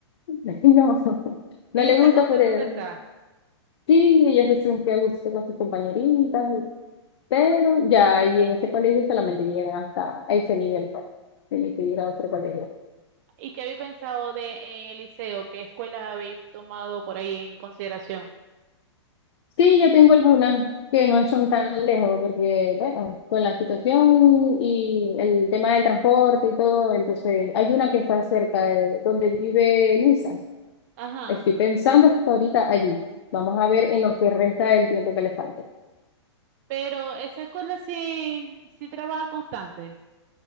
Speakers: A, on the left; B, on the right.
A: <laughs> No,
B: Ella
A: no le
B: está
A: gusta,
B: contenta
A: pero
B: donde está.
A: sí, ella se siente a gusto con sus compañeritas, pero ya ahí en ese colegio solamente llegan hasta ese nivel, pues, tiene que ir a otro colegio.
B: ¿Y qué habéis pensado de en el liceo? ¿Qué escuelas habéis tomado por ahí en consideración?
A: Sí, yo tengo algunas que no son tan lejos, porque, bueno, con la situación y el tema del transporte y todo, entonces hay una que está cerca de donde vive Luisa.
B: Ajá.
A: Estoy pensando hasta ahorita allí. Vamos a ver en lo que resta del tiempo que le falte.
B: Pero esa escuela sí, sí trabaja constante,